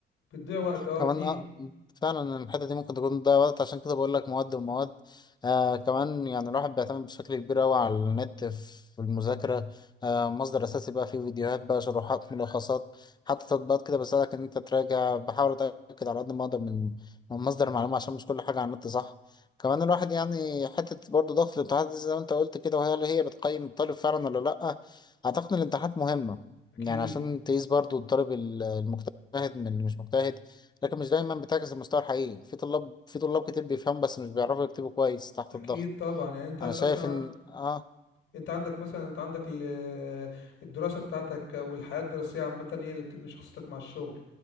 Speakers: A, on the left; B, on the left.
A: بتضيع وقت اه
B: كمان
A: كتير
B: اه فعلا الحتة دي ممكن تكون تضيع وقت عشان كده بقول لك مواد ومواد آه كمان يعني الواحد بيعتمد بشكل كبير أوي على النت في المذاكرة آه مصدر أساسي بقى فيه فيديوهات بقى شروحات ملخصات حتى تطبيقات كده بساعدك إن أنت تراجع بحاول أتأكد على قد ما أقدر من من مصدر المعلومة عشان مش كل حاجة على النت صح كمان الواحد يعني حتة برضه ضغط الامتحانات دي زي ما أنت قلت كده وهي اللي هي بتقيم الطالب فعلا ولا لأ أعتقد إن الامتحانات مهمة
A: اكيد
B: يعني عشان تقيس برضه الطالب ال- المجتهد من اللي مش مجتهد لكن مش دايما بتعكس المستوى الحقيقي في طلاب في طلاب كتير بيفهموا بس مش بيعرفوا يكتبوا كويس تحت
A: اكيد
B: الضغط
A: طبعا يعني انت
B: انا
A: انت
B: شايف
A: اصلا
B: ان اه
A: انت عندك مثلا انت عندك ال- الدراسة بتاعتك او الحياة الدراسية عامة هي اللي بتبني شخصيتك مع الشغل